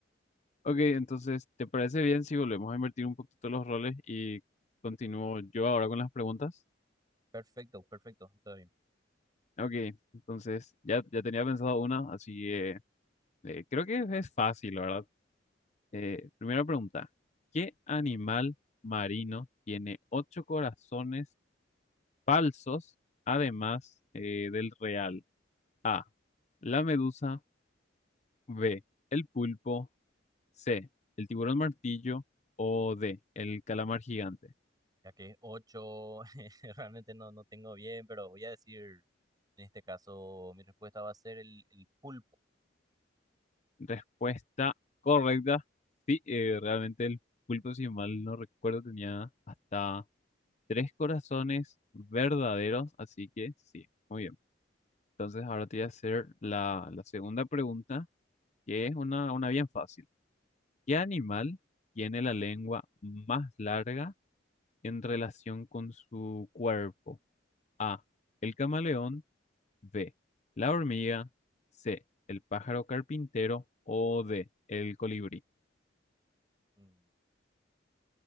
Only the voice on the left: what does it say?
Ok, entonces, ¿te parece bien si volvemos a invertir un poquito los roles y continúo yo ahora con las preguntas?
Ok, entonces ya, ya tenía pensado una, así que eh, creo que es fácil, la ¿verdad? Eh, primera pregunta, ¿qué animal marino tiene ocho corazones falsos además eh, del real? A, la medusa, B, el pulpo, C, el tiburón martillo o D, el calamar gigante.
Respuesta correcta, sí, eh, realmente el pulpo, si mal no recuerdo, tenía hasta... Tres corazones verdaderos, así que sí, muy bien. Entonces ahora te voy a hacer la, la segunda pregunta, que es una, una bien fácil. ¿Qué animal tiene la lengua más larga en relación con su cuerpo? A, el camaleón, B, la hormiga, C, el pájaro carpintero o D, el colibrí.